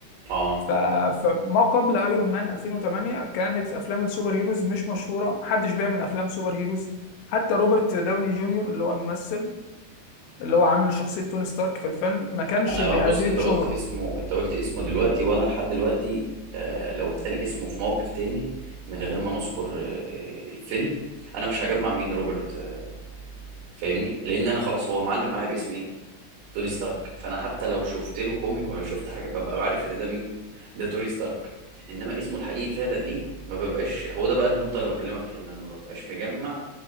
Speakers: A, on the right; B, on the left.
A: اه
B: ف... فما قبل ايرون مان 2008 كانت افلام السوبر هيروز مش مشهوره محدش بيعمل افلام سوبر هيروز حتى روبرت داوني جونيور اللي هو الممثل اللي هو عامل شخصيه توني ستارك في الفيلم ما كانش
A: انا
B: بهذه
A: بقى بص انت
B: الشهره
A: قلت اسمه انت قلت اسمه دلوقتي وانا لحد دلوقتي آه، لو اتقال اسمه في موقف تاني من غير ما نذكر آه، آه، الفيلم انا مش هجمع مين روبرت آه، فاهمني لان انا خلاص هو معلم معايا باسم ايه توني ستارك فانا حتى لو شفت له كوميك ولا شفت حاجه ببقى عارف ان ده مين ده توني ستارك انما اسمه الحقيقي فعلا ايه ما ببقاش هو ده بقى النقطه اللي بكلمك فيها ان انا ما ببقاش مجمع